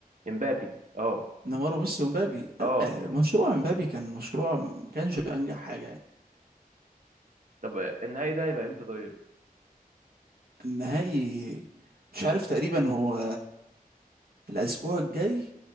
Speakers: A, on the right; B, on the right.
A: امبابي اه
B: نيمار وميسي ومبابي
A: اه
B: لا مشروع مبابي كان مشروع ما كانش انجح حاجة يعني.
A: طب النهائي ده هيبقى امتى طيب
B: النهائي مش عارف تقريبا هو الأسبوع الجاي